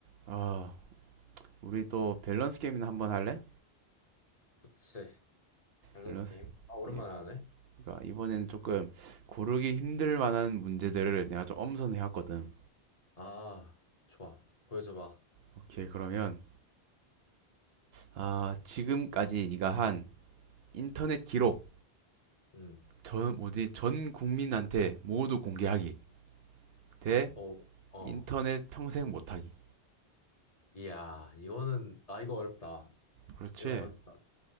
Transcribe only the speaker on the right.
아, 우리 또 밸런스 게임이나 한번 할래?
밸런스.
예.
그러니까 이번에는 조금 고르기 힘들 만한 문제들을 내가 좀 엄선해 왔거든.
오케이, 그러면 아, 지금까지 네가 한 인터넷 기록
전 뭐지? 전 국민한테 모두 공개하기 대
인터넷 평생 못하기.
그렇지.